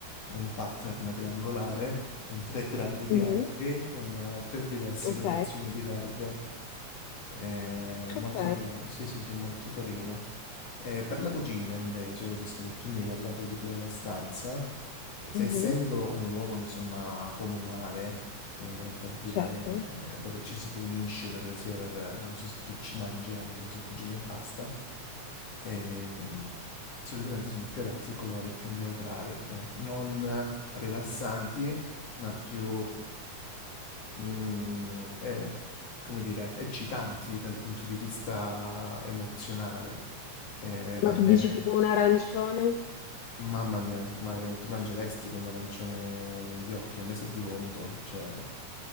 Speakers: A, on the left (about 60°); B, on the left (about 80°).
A: un pattern triangolare con tre grandi triangoli,
B: Mhm.
A: con eh, tre diverse
B: Ok,
A: gradazioni di verde. Eh, molto,
B: ok.
A: sì, sì, sì, molto carino. Eh, per la cucina, invece, visto che tu mi hai parlato di quella stanza, es-
B: Mhm.
A: essendo un luogo, insomma, comunale, per, per dire,
B: Certo.
A: eh, dove ci si riunisce, per, sia per, non lo so se tu ci mangi anche o se cucini e basta, ehm, solitamente sono più adatti ai colori più neutrali, eh, non rilassanti, ma più, mm, eh, come dire, eccitanti dal punto di vista emozionale. Eh,
B: Ma
A: va
B: tu
A: bene,
B: dici tipo un arancione?
A: mamma mia, ma eh, tu mangeresti con l'arancione negli occhi, a me sa di vomito, cioè...